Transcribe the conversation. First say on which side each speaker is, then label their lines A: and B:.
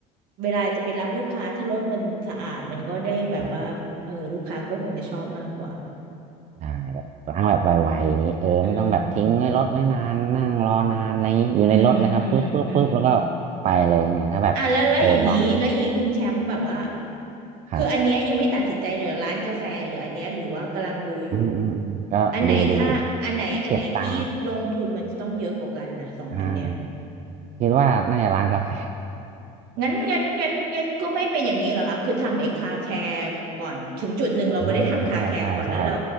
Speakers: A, on the right; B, on the right.
A: เวลาจะไปรับลูกค้าถ้ารถมันสะอาดมันก็ได้แบบว่าเออลูกค้าก็คงจะชอบมากกว่า
B: ใช่ใช่แบบล้างแบบไวๆอย่างนี้เออไม่ต้องแบบทิ้งไว้รถไว้นานนั่งรอนานอะไรอย่างนี้อยู่ในรถเลยครับปุ๊บปุ๊บปุ๊บแล้วก็
A: อืมอืมอืมอืม
B: ไปเลยเนี่ยถ้าแบบเออวาง
A: อ่ะแล้วแล้วอย่างนี้แล้วอย่างนี้คุณแชมป์แบบว่า
B: ครับ
A: คืออันเนี้ยยังไม่ตัดสินใจเลยเหรือร้านกาแฟหรืออันเนี้ยหรือว่ากำลังดูอยู่
B: อืมอืมอืมก็ดูดูอยู่ครับเก็บตังค์
A: อันไหนค่าอันไหนอันไหนที่ลงทุนมันจะต้องเยอะกว่ากันนะสองอันเนี้ย
B: อ่าคิดว่าน่าจะร้านกาแฟ
A: งั้นงั้นงั้นงั้นก็ไม่เป็นอย่างนี้เหรอคะคือทำไอ้คาแคร์ก่อนถึงจุดหนึ่งเราก็ได้ทำคาแคร์ก่อนแล้วเรา
B: อ่าใช่ใช่ใช่